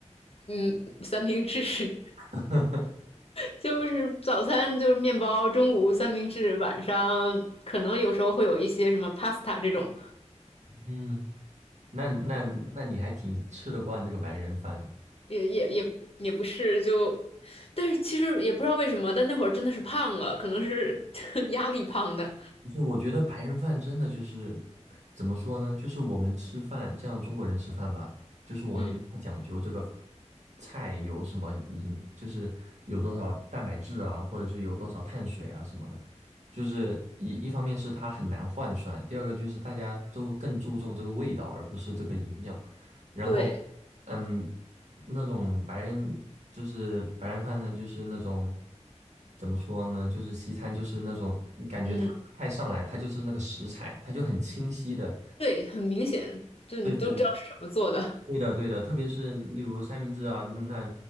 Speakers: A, on the left (about 55°); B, on the right (about 75°).
A: 嗯，三明治 <laughs>
B: <laughs>
A: 就是早餐就是面包，中午三明治，晚上可能有时候会有一些什么 pasta 这种，
B: 嗯，那那那你还挺吃得惯这个白人饭的。
A: 也也也也不是就，但是其实也不知道为什么，但那会儿真的是胖了，可能是 <laughs> 压力胖的。
B: 不是，我觉得白人饭真的就是怎么说呢？就是我们吃饭，这样中国人吃饭吧，就是我们不太讲究这个
A: 嗯，
B: 菜有什么营，就是有多少蛋白质啊，或者是有多少碳水啊什么的。就是一一方面是它很难换算，第二个就是大家都更注重这个味道，而不是这个营养。然后，
A: 对，
B: 嗯，那种白人就是白人饭呢，就是那种怎么说呢，就是西餐，就是那种你感觉它菜上来，
A: 嗯，
B: 它就是那个食材，它就很清晰的，
A: 对，很明显，就你都知道是什么做的。
B: 对是对的对的，特别是例如三明治啊，那